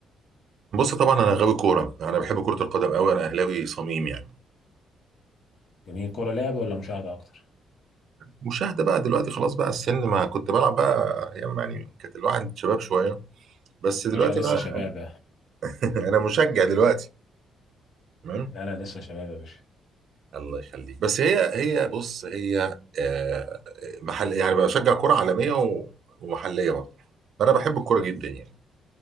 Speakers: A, on the right; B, on the left.
A: بص طبعا انا غاوي كوره يعني انا بحب كره القدم قوي انا اهلاوي صميم يعني
B: جميل كوره لعب ولا مشاهده اكتر
A: مشاهده بقى دلوقتي خلاص بقى السن ما كنت بلعب بقى ايام يعني كانت الواحد شباب شويه بس دلوقتي
B: باشا لسه
A: بقى
B: شبابه
A: <laughs> انا مشجع دلوقتي تمام
B: لا لا لسه شباب يا باشا
A: الله يخليك بس هي هي بص هي آه، محل يعني بشجع كره عالميه و- ومحليه برضه فانا بحب الكوره جدا يعني